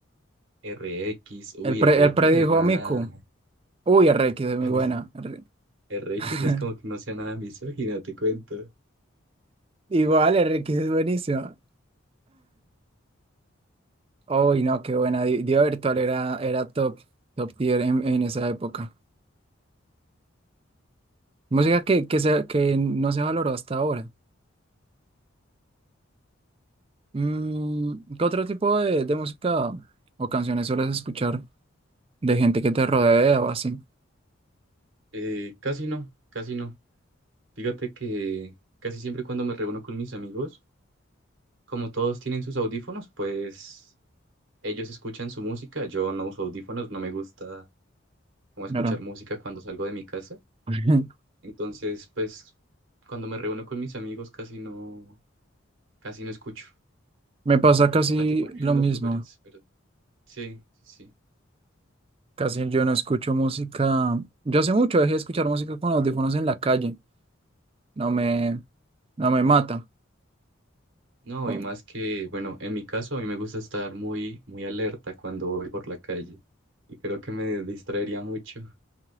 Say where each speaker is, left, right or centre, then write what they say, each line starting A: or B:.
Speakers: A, on the right (about 70°); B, on the right (about 25°).
A: R X, uy,
B: Él, pre-
A: R
B: él
A: X
B: predijo
A: no es nada.
B: a Miku. Uy, RX es muy
A: <laughs>
B: buena. R-
A: RX
B: <laughs>
A: no es como que no sea nada misógina, te cuento.
B: Igual, RX es buenísima. Uy, no, qué buena. Di- Diva Virtual era, era top, top tier en, en esa época. Música que, que, se- que no se valoró hasta ahora. Mm, ¿qué otro tipo de, de música o canciones sueles escuchar de gente que te rodea o así?
A: Eh, casi no, casi no. Fíjate que casi siempre cuando me reúno con mis amigos, como todos tienen sus audífonos, pues ellos escuchan su música. Yo no uso audífonos, no me gusta como escuchar
B: Claro.
A: música cuando salgo de mi casa.
B: <laughs>
A: Entonces, pues cuando me reúno con mis amigos casi no, casi no escucho.
B: Me pasa casi
A: La que ponen
B: lo
A: en
B: mismo.
A: los lugares, pero sí, sí, sí.
B: Casi yo no escucho música. Yo hace mucho dejé de escuchar música con audífonos en la calle. no me, no me mata.
A: No,
B: Como,
A: y más que, bueno, en mi caso a mí me gusta estar muy, muy alerta cuando voy por la calle y creo que me distraería mucho.